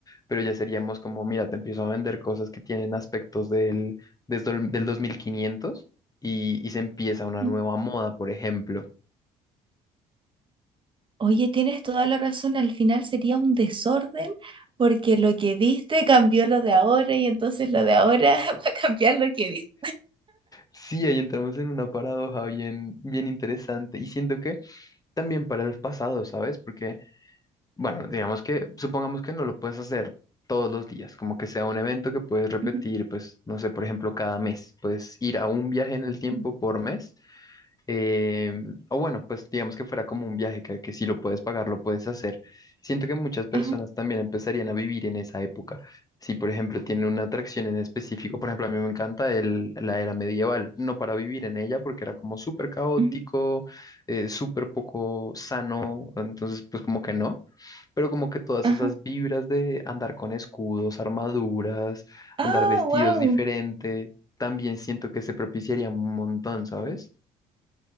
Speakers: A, on the left (about 25°); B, on the right (about 35°).
A: pero ya seríamos como, mira, te empiezo a vender cosas que tienen aspectos del, desde el- del 2500 y, y se empieza una
B: ujú.
A: nueva moda, por ejemplo.
B: Oye, tienes toda la razón, al final sería un desorden porque lo que viste cambió lo de ahora y entonces lo de ahora <laughs> va a cambiar lo que viste.
A: Sí, ahí entramos en una paradoja bien, bien interesante y siento que también para el pasado, ¿sabes? Porque Bueno, digamos que, supongamos que no lo puedes hacer todos los días, como que sea un evento que puedes repetir,
B: Ujú,
A: pues, no sé, por ejemplo, cada mes, puedes ir a un viaje en el tiempo
B: ujú.
A: por mes, eh, o bueno, pues digamos que fuera como un viaje que, que si lo puedes pagar, lo puedes hacer. Siento que muchas personas
B: Ajá,
A: también empezarían a vivir en esa época. Si, por ejemplo, tienen una atracción en específico, por ejemplo, a mí me encanta el- la era medieval, no para vivir en ella porque era como súper caótico,
B: ujú,
A: eh, súper poco sano, entonces, pues como que no pero como que todas
B: ajá.
A: esas vibras de andar con escudos, armaduras,
B: Ah,
A: andar vestidos
B: wow.
A: diferente, también siento que se propiciaría un montón, ¿sabes?